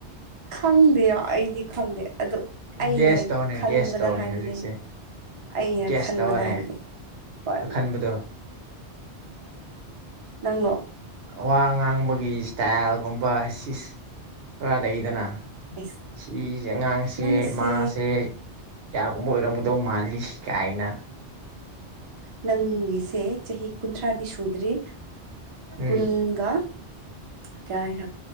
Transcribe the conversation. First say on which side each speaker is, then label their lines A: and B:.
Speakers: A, on the right; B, on the right.
A: ꯈꯪꯗꯦ ꯑꯩꯗꯤ ꯈꯪꯗꯦ ꯑꯗꯣ
B: ꯒ꯭ꯌꯥꯁ
A: ꯑꯩꯅ
B: ꯇꯧꯅꯦ
A: ꯈꯟꯕꯗ
B: ꯒ꯭ꯌꯥꯁ ꯇꯧꯅꯦ
A: ꯍꯥꯏꯕꯅꯦꯩ
B: ꯍꯧꯖꯤꯛꯁꯦ
A: ꯑꯩꯅ
B: ꯒ꯭ꯌꯥꯁ
A: ꯈꯟꯕꯗ
B: ꯇꯧꯅꯦ
A: ꯍꯥꯏꯕꯅꯦ ꯀ
B: ꯈꯟꯕꯗꯣ
A: ꯅꯥꯡꯂꯣ
B: ꯋꯥ ꯉꯥꯡꯕꯒꯤ ꯏꯁꯇꯥꯏꯜꯒꯨꯝꯕ ꯁꯤꯁ ꯈꯔ ꯂꯩꯗꯅ
A: ꯑꯩꯁ
B: ꯁꯤꯁꯦ ꯑꯉꯥꯡꯁꯦ
A: ꯅꯪꯁꯦ
B: ꯃꯥꯁꯦ ꯀꯒꯨꯝꯕ ꯑꯣꯏꯔꯝꯒꯗꯧ ꯃꯥꯜꯂꯤꯁꯤ ꯀꯥꯏꯅ
A: ꯅꯪꯒꯤꯁꯦ ꯆꯍꯤ ꯀꯨꯟꯊ꯭ꯔꯥꯗꯤ ꯁꯨꯗ꯭ꯔꯤ
B: ꯎꯝ
A: ꯀꯨꯟꯒ ꯀꯌꯥ ꯍꯥꯏꯅꯣ